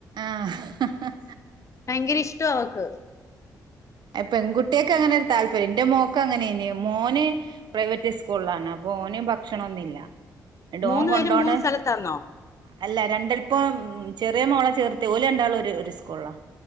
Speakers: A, on the right; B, on the left.
A: ആഹ് ആഹ്
B: ഭയങ്കര ഇഷ്ട്ടവാ അവ്ക്ക്.
A: എ പെൺകുട്ടേക്കങ്ങനെ ഒരു താല്പര്യം എന്റെ മോക്ക് അങ്ങനെനെ മോന്- പ്രൈവറ്റ് സ്കൂൾലാണ് അപ്പൊ ഓന് ഭക്ഷണൊന്നില്ല. ടോൻ
B: മൂന്ന്
A: കൊണ്ടോണഹ്
B: പേരും മൂന്ന് സ്ഥലത്താണോ
A: അല്ല രണ്ടാള്പ്പം ചെറിയ മോളെ ചേർത്തിയ ഓല് രണ്ടാളും ഒരു സ്കൂളിലാ.